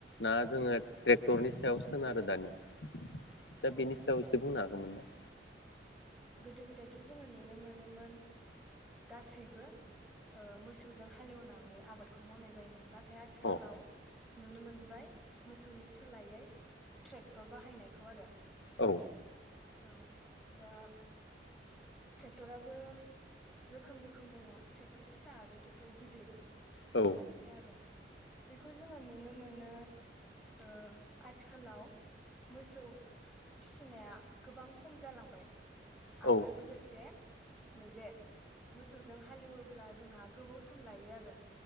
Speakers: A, on the left; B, in the centre.
A: ना जोङो टेक्टरनि सायाव सोनारो दानिया दा
B: औ
A: बेनि सायाव इसे बुंनो हागोन नामा?
B: गोदो गोदायथ' जोङो नुनो मोनोमोन गासैबो ओ मोसौजों हालेवनानै आबादखौ मावनाय जायोमोन ना थाय आथिखालाव
A: औ
B: नुनो मोनबाय मोसौनि सोलायै ट्रेक्टर बाहायनायखौ आरो।
A: औ
B: अ दा ट्रेक्टराबो रोखोम रोखोम दङ ट्रेक्टर फिसा आरो ट्रेक्टर गिदिर बे
A: औ
B: आरो बेखौ जोङो नुनो मो नो ओ आथिखालाव मोसौ फिसिनाया गोबां खम जालांबाय
A: औ
B: आरो लोगोसे नैबे मोसौजों हालेवोब्ला जोंहा गोबाव सम लायो आरो।